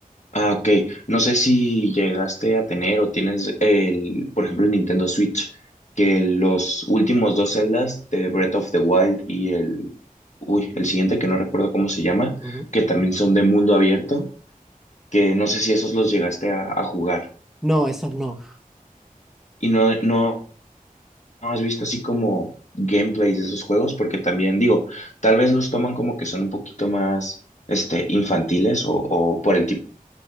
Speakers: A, on the left (about 50°); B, in the centre.
A: Ah, ok. No sé si llegaste a tener o tienes el, por ejemplo, el Nintendo Switch, que los últimos dos Zeldas de Breath of the Wild y el, uy, el siguiente que no recuerdo cómo se llama,
B: Ujú.
A: que también son de mundo abierto, que no sé si esos los llegaste a, a jugar.
B: No, esos no.
A: Y no, no, no has visto así como gameplays de esos juegos, porque también digo, tal vez los toman como que son un poquito más, este, infantiles o, o por el tipo